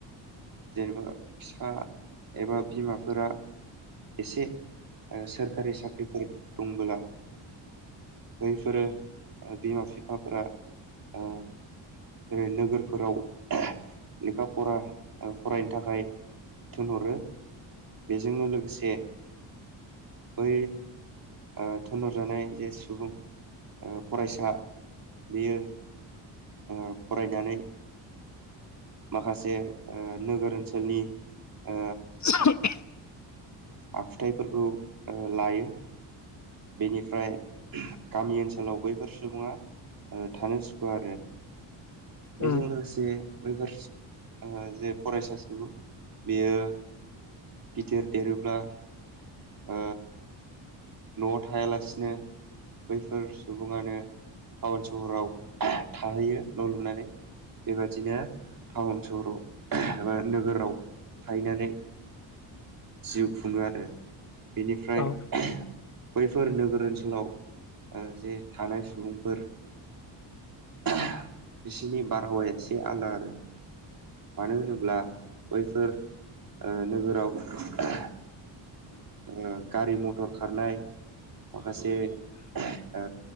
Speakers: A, on the right; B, on the left.
A: जेनेबा बिफा एबा बिमाफोरा एसे ओ सोरखारि साख्रिफोर दंबोला बैफोरो बिमा बिफाफोरा ओ ओरै नोगोरफो फोराव लेखा फरा ओ फरायनो थाखाय थोनहरो। बेजोंनो लोगोसे बै ओ थोनहर जानाय जे सुबुं ओ फरायसा बेयो ओ फरायनानै माखासे ओ नोगोर ओनसोलनि ओ
B: स
A: आखुथाइफोरखौ ओ लायो। बेनिफ्राय गामि ओनसोलाव बैफोर सुबुङा ओ थानो सुखुवा आरो। बेजों
B: उम
A: लोगोसे बैफोर ओ जे फरायसा सुबुं बेयो गिदिर देरोब्ला ओ न'आव थायालासिनो बैफोर सुबुङानो टाउन सहराव थाहैयो न' लुनानै। बेबादिनो टाउन सहराव एबा नोगोराव थाहैनानै जिउ खुङो आरो। बेनिफ्राय
B: औ ओ
A: बैफोर नोगोर ओनसोलाव ओ जे थानाय सुबुंफोर <unintelligible> बिसिनि बारहावाया एसे आलदा आरो। मानो होनोब्ला बैफोर ओ नोगोराव <unintelligible> ओ गारि मथर खारनाय माखासे ओ